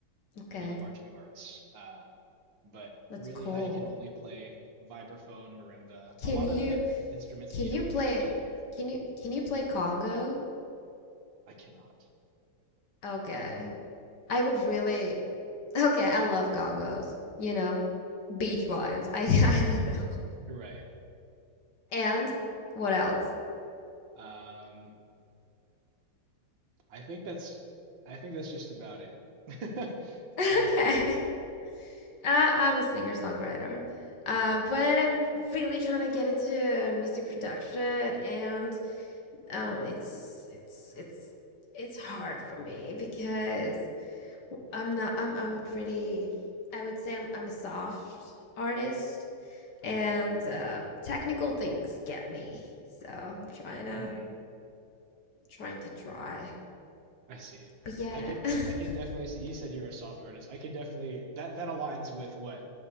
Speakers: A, on the left; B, on the right.
A: Okay.
B: I do the marching arts. Uh, but
A: That's
B: really,
A: cool.
B: I can only play vibraphone, marimba, a
A: Can
B: lot
A: you
B: of the instruments
A: can
B: that you
A: you
B: don't
A: play
B: really hear.
A: can you can you play Congo?
B: I cannot.
A: Okay. I would really Okay, I love Congos. You know, beach vibes. <laughs> I I don't know.
B: Right.
A: And what else? <laughs>
B: Um, I think that's I think that's just about it. <laughs>
A: Okay.
B: What about you?
A: Uh, I'm a singer-songwriter. Uh, but I'm really trying to get into music production and um it's it's it's it's hard for me because I'm not I'm I'm a pretty I would say I'm I'm a soft artist and uh, technical things get me. So I'm trying to
B: Hmm,
A: trying to try.
B: I see.
A: But yeah.
B: I can
A: <laughs>
B: I can definitely see you said you're a soft artist. I can definitely that that aligns with what